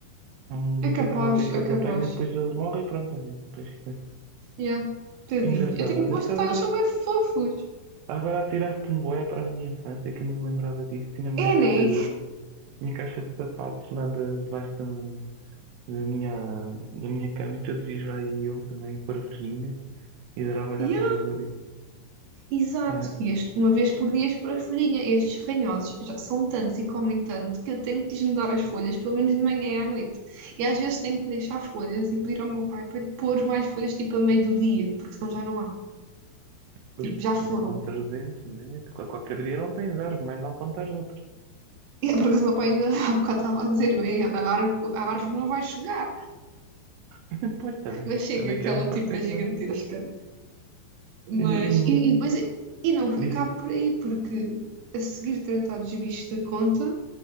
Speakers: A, on the right; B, on the right.
A: É Uma
B: É capaz,
A: infecção qualquer que
B: é
A: eles
B: capaz.
A: apanham, depois eles morrem e pronto, também. Depois ficam assim.
B: Yeah, tadinhos.
A: Engraçado,
B: Eu tenho,
A: olha,
B: lá está,
A: agora,
B: eles são bem fofos.
A: agora atiraste-me bué para a minha infância, que eu não me lembrava disso. Tinha a minha
B: É,
A: caixa
B: né?
A: de, minha caixa de sapatos lá de- debaixo da da minha, da minha cama e todos os dias lá ia eu também, pôr a folhinha e adorava olhar
B: Yeah,
A: para eles ali.
B: exato.
A: Eh,
B: E este, uma vez por dia por a folhinha. Estes ranhosos já são tantos e comem tanto que eu tenho que lhes mudar as folhas, pelo menos de manhã e à noite. E às vezes tenho que deixar folhas e pedir ao meu pai para lhe pôr mais folhas, tipo a meio do dia, porque senão já não há.
A: Pois,
B: Tipo,
A: pá,
B: já foram.
A: também com 300,
B: <laughs>
A: né? Qual- Qualquer dia não tens árvore, mais mal plantar outras.
B: E é por acaso, o meu pai ainda <laughs> há bocado estava a dizer: bem, a árvore, a árvore não vai chegar,
A: <laughs> Pois, também,
B: mas chega,
A: também
B: aquela
A: quero-me parecer
B: tipo é gigantesca.
A: que não.
B: Mas,
A: E, e-
B: e, e depois, e não acabo
A: diz isso.
B: por aí, porque a seguir tratar dos bichos da conta,